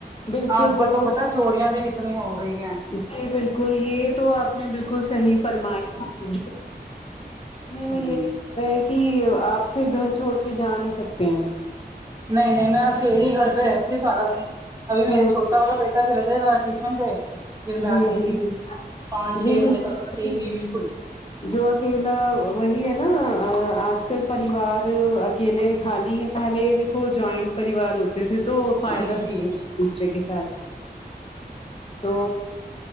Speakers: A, on the left (about 35°); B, on the right (about 20°).
A: بالکل
B: آج
A: بالکل
B: کل تو پتا چوریا بھی کتنی ہو رہی ہیں
A: جی بالکل یہ تو آپ نے بالکل صحیح فرمایا لنے میں
B: جی
A: یہی لتا ہے کہ آپ پھر گھر چھوڑ کے جا نہیں سکتے ہیں
B: نہیں نہیں میں اکیے ہی گھر پہ رہتی ہوں سارا دن ابھی میرے
A: ہاں
B: چھوٹا والا بیٹا چل ج گا ٹیوشن پہ پھر میں
A: جی
B: اکیلی
A: جی جی
B: پانچ
A: جی
B: چھ بجے
A: بالکل
B: تک اکیلی بالکل <unintelligible>
A: جو اکیلا وہی ہے نا آج کل پریوار اکیلے خالی ہیں پہلے دیکھو جوائنٹ پریوار ہو تھے تو فائدہ
B: جی جی جی
A: دوسرے کے ساتھ تو